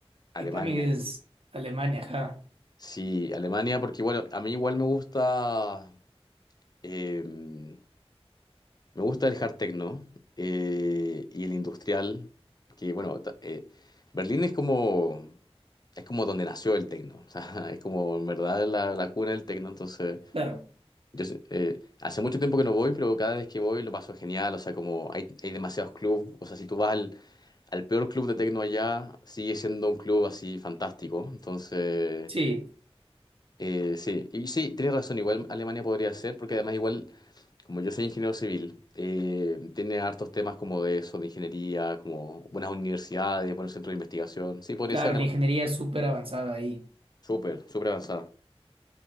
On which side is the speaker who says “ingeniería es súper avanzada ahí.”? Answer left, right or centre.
Right